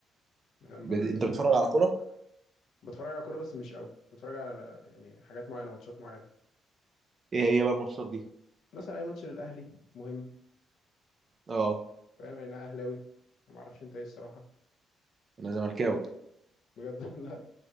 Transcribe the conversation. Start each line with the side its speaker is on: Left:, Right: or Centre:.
Left: لما
Right: بت-
Left: بن
Right: انت بتتفرج على كرة
Left: بتفرج على كورة بس مش قوي بتفرج على يعني حاجات معينة ماتشات معينة
Right: ايه هي بقى الماتشات دي
Left: مثلا اي ماتش للاهلي مهم
Right: اه
Left: فاهم انا اهلاوي ما اعرفش انت ايه الصراحة
Right: انا زملكاوي
Left: بجد والله